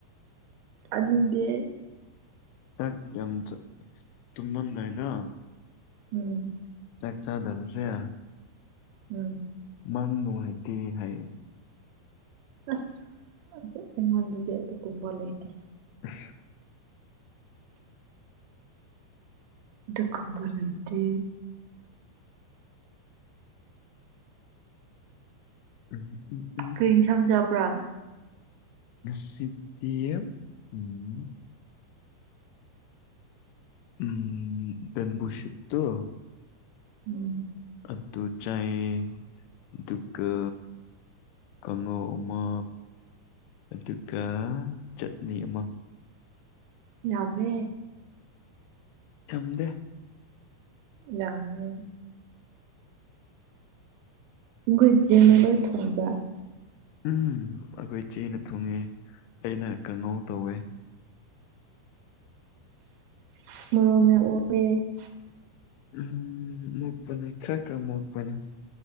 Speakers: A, on the right; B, on the left.
A: ꯑꯅꯤꯡꯗꯦ
B: ꯆꯥꯛ ꯌꯥꯝ ꯆꯥ ꯇꯨꯝꯃꯝꯗꯥꯏꯗꯣ
A: ꯎꯝ
B: ꯆꯥꯛ ꯆꯥꯗꯕꯁꯦ
A: ꯎꯝ꯫
B: ꯃꯪ ꯅꯨꯡꯉꯥꯏꯇꯦ ꯍꯥꯏꯌꯦ
A: ꯑꯁ ꯑꯩꯉꯣꯟꯗꯗꯤ ꯑꯗꯨꯒꯨꯝꯕ ꯂꯩꯇꯦ
B: ꯑꯝ
A: ꯗꯗꯨꯀꯨꯝꯕ ꯂꯩꯇꯦ
B: ꯎꯝ ꯎꯝ
A: ꯀ꯭ꯔꯤ ꯍꯤꯖꯥꯡ ꯆꯕ꯭ꯥꯔ ꯅꯪ
B: ꯁꯤꯗ ꯎꯝ <unintelligible>
A: ꯎꯝ
B: ꯑꯗꯨ ꯆꯥꯏꯌꯦ꯫ ꯗꯨꯀ ꯀꯥꯡꯉꯧꯃꯥ ꯑꯗꯨꯒ ꯆꯠꯅꯤ ꯑꯃ
A: ꯌꯥꯝꯃꯦ
B: ꯊꯝꯗꯦ
A: ꯌꯥꯝꯃꯦ ꯒꯨꯖꯤꯅ
B: ꯎꯝ
A: ꯂꯣꯏ ꯊꯣꯡꯕ
B: ꯎꯝ ꯑꯩꯈꯣꯏ ꯏꯆꯦꯅ ꯊꯨꯡꯉꯦ ꯑꯩꯅ ꯀꯥꯡꯉꯧ ꯇꯧꯋꯦ
A: <unintelligible>
B: ꯎꯝ ꯃꯨꯛꯄꯅꯤ ꯈꯔ ꯈꯔ ꯃꯣꯛꯄꯅꯤ